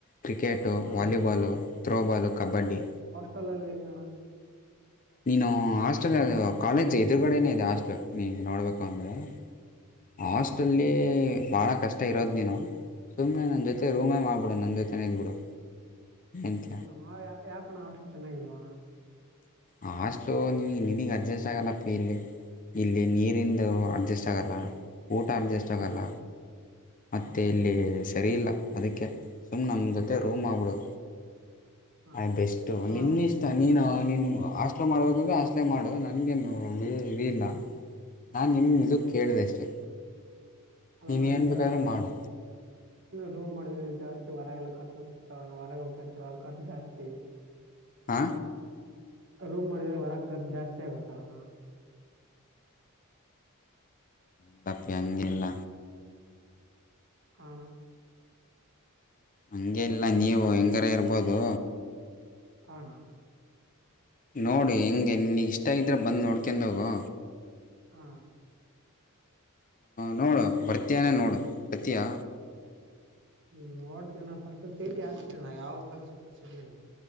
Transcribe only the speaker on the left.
ಕ್ರಿಕೆಟ್ ಫಟೋ
ವಾಲಿಬಾಲು
ಥ್ರೋಬಾಲು ಕಬಡ್ಡಿ
ನೀನು ಹಾಸ್ಟೆಲ್ ಅ ಕಾಲೇಜ್ ಎದುರುಗಡನೇ ಇದೆ ಹಾಸ್ಟೆಲ್ ನೀ ನೋಡ್ಬೇಕು ಅಂದ್ರೆ ಹಾಸ್ಟಲ್ಲಿ
ಬಹಳ ಕಷ್ ಷ್ಟ ಇರೋದ್ ನಿನು ಸುಮ್ನೆ ನನ್ ಜೊತೆ ರೂಮೇ
ಮಾಡ್ಬಿಡು ನನ್ನ ಜೊತೆನೆ ಇದ್ಬಿಡು ಎಂತ
ಆ ಹಾಸ್ಟ್ಲ್ ನಿನ್ ನಿನ್ಗೆ ಅಜ್ಜೇಸ್ಟ್ ಆಗಲ್ಲ ಪಿ ಇಲ್ಲಿ ಇಲ್ಲಿ ನೀರಿಂದು ಅಡ್ಜಸ್ಟ್ ಆಗಲ್ಲ ಊಟ ಅನ್ಜಸ್ಟ್
ಆಗಲ್ಲ
ಮತ್ತೆ ಇಲ್ಲಿ ಸರಿಯಿಲ್ಲ ಅದಕ್ಕೆ ಸುಮ್ಮ್ ನಮ್ಮ ಜೊತೆ ರೂಮ್ ಮಾಡ್ಬುಡು
ಆಯ್ ಇಷ್ಟು
ನಿನ್ ಇಷ್ ನೀನು ನೀನು ಹಾಷ್ಟ್ಲು ಮಾಡ್ಬೇಕು ಅಂದ್ರೆ ಹಸ್ಟ್ಲೆ ಮಾಡು ನನ್ಗೇನು ಇದ ಇಲ್ಲ ನಾನ್ ನಿಮ್ ಇದುಕ್ ಹೇಳ್ದೆ ಅಷ್ಟೇ
ನೀನು ಏನು
ಬೇಕಾದರೂ ಮಾಡು
ಹಾ
<unintelligible> ತಾಪೆಯಾಂ ಎೆಲ್ಲ
ಹಂಗೇನ್ ಇಲ್ಲ ನೀವು ಹೆಂಗಾರ ಇರ್ಬೋದು
ನೋಡಿ ಹೆಂಗೆ ನಿನಿಗ್ ಇಷ್ಟ ಇದ್ರೆ ಬಂದ್ ನೋಡ್ಕೊಂಡೋಗು
ನೋಡು ಬರ್ತಿಯ ನೋಡು ಬತ್ತಿಯಾ